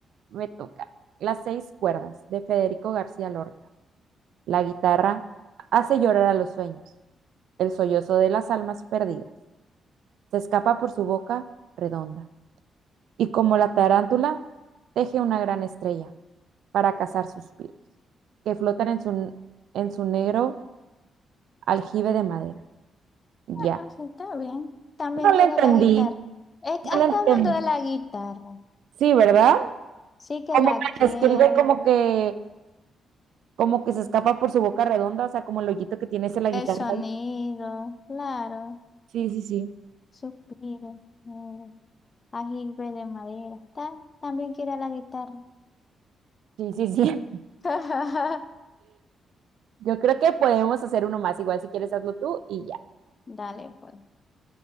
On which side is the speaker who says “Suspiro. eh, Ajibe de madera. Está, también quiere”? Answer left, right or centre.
Left